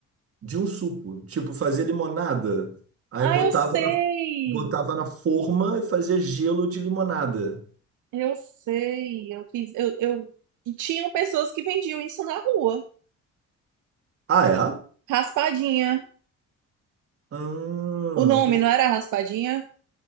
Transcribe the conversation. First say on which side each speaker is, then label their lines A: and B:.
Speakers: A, on the right; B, on the right.
A: de um suco. Tipo, fazer limonada. Aí
B: Ah,
A: botava
B: eu sei!
A: na, botava na forma e fazia gelo de limonada.
B: Eu sei, eu fiz, eu, eu... E tinham pessoas que vendiam isso na rua.
A: Ah, é?
B: Raspadinha.
A: Ah,
B: O nome não era raspadinha?